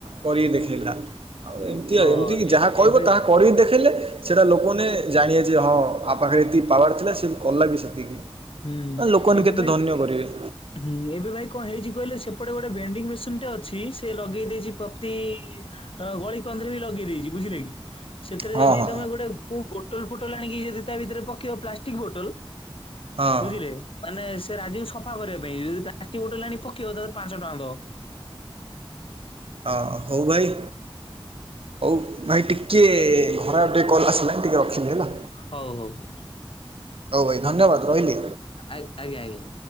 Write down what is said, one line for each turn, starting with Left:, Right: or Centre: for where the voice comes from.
Right: କରିକି ଦେଖେଇଲା ଆଉ ଏମତି
Left: ହଁ
Right: ଆଉ ଏମିତି କିି
Left: ଏ
Right: ଯାହା କହିବ
Left: ଏବେ
Right: ତାହା କରିକି ଦେଖେଇଲେ ସେଇଟା ଲୋକମାନେ ଜାଣିବେ ଯେ ହଁ ଆ ପାଖରେ ଏତିକି ପାୱାର୍ ଥିଲା ସିଏ କଲା ବି ସେତିକି ଏ
Left: ହୁଁ
Right: ଲୋକମାନେ
Left: ଏବେ
Right: କେତେ
Left: ଭାଇ
Right: ଧନ୍ୟ କରିବେ।
Left: ହୁଁ ଏବେ ଭାଇ କଣ ହେଇଛି କହିଲେ ସେପଟେ ଗୋଟେ ଭେଣ୍ଡିଙ୍ଗ ମେସିନ ଟେ ଅଛି ସେ ଲଗେଇ ଦେଇଛି ପ୍ରତି ଅ ଗଳିକନ୍ଦିରେ ବି ଲଗେଇ ଦେଇଛି ବୁଝିଲେ କି ସେଥିରେ
Right: ହଁ
Left: ଯଦି
Right: ହଁ
Left: ତମେ ଗୋଟେ କୋଉ ବୋଟଲ ଫୋଟଲ ଆଣିକି ଯଦି ତା ଭିତରେ ପକେଇବ ପ୍ଲାଷ୍ଟିକ ବୋଟଲ
Right: ହଁ।
Left: ବୁଝିଲେ ମାନେ ସେ ରାଜିକୁ ସଫା କରିବା ପାଇଁ ଯଦି ପ୍ଲାଷ୍ଟିକ ବଟଲ୍ଟେ ଆଣି କି ପକେଇବ ତାହେଲେ ପାଞ୍ଚ ଟଙ୍କା ଦବ
Right: ହଁ ହଉ ଭାଇ ହଉ ଭାଇ ଟିକେ ଘର ଆଡୁ ଟିକେ କଲ ଆସିଲା ଟିକେ ରଖିଲି ହେଲା
Left: ହଉ ହଉ ହଉ
Right: ହଉ ଭାଇ ଧନ୍ୟବାଦ ରହିଲି
Left: ଆଜ୍ଞ ଆଞା ଆଜ୍ଞା